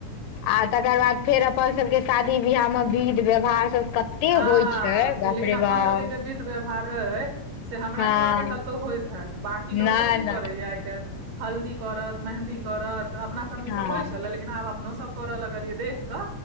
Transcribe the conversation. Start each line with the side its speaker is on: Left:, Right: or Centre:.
Left: आ तकर बाद फेर अपन सबके शादी बियाह में विध व्यवहार सब कते
Right: हँ
Left: होइ छै बाप
Right: लेकिन
Left: रे
Right: अपन
Left: बाप
Right: सबके जे विध व्यवहार अ से हमरा
Left: हँ
Right: ने लागे कत त होइत हैत बकी
Left: नहि
Right: लोक सब की
Left: नहि
Right: करैया आइ काल्हि हल्दी करत मेंहदी करत त अपना सब ई
Left: हँ
Right: सब होइ छल लेकिन आब अपनो सब करऽ लगलियै देख कऽ